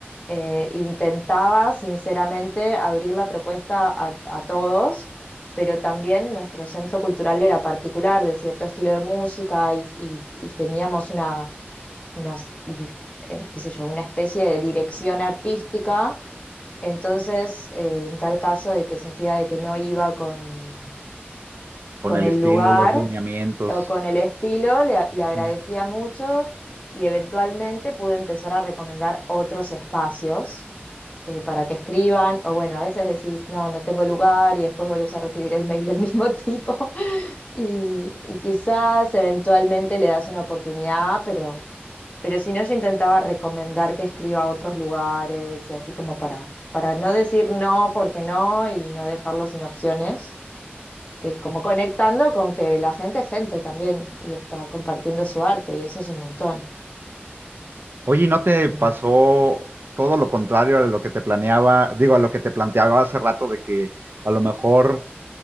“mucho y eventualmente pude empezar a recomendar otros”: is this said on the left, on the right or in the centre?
Left